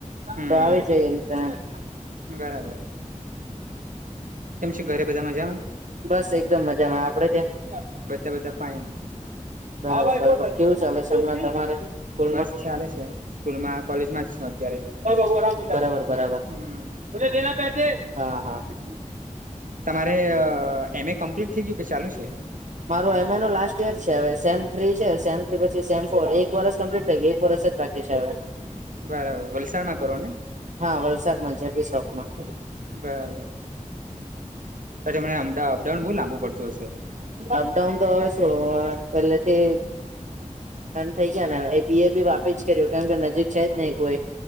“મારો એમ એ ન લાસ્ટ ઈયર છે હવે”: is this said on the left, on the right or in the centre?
Right